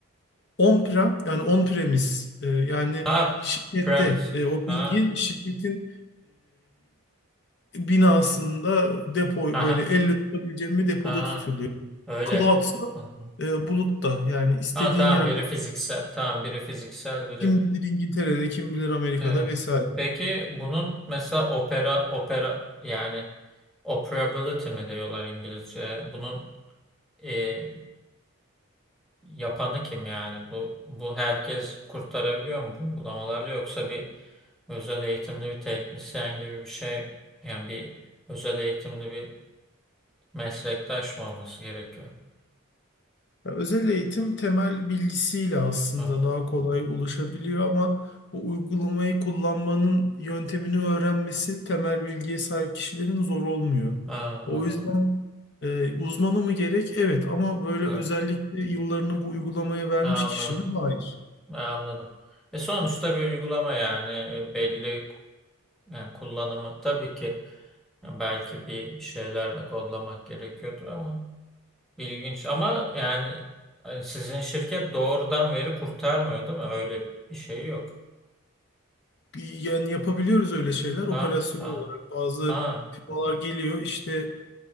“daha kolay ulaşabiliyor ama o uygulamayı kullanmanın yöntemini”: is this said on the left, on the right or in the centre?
Left